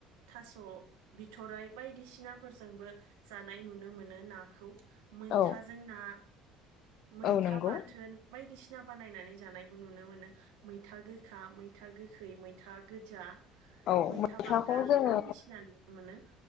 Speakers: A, on the right; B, on the left.
A: थास' बिथराइ बायदिसिनाफोरजोंबो जानाय नुनो मोन मोनो नाखौ, मैथाजों
B: औ
A: ना मैथा
B: औ नंगौ
A: बाथोन, बायदिसिना बानायनानै जानायबो नुनो मोनो मैथा गोखा, मैथा गोखै, मैथा गोजा।
B: औ
A: मैथा
B: मैथाखौ
A: बांगाल
B: जोङो
A: बायदिसिना नुनो मोनो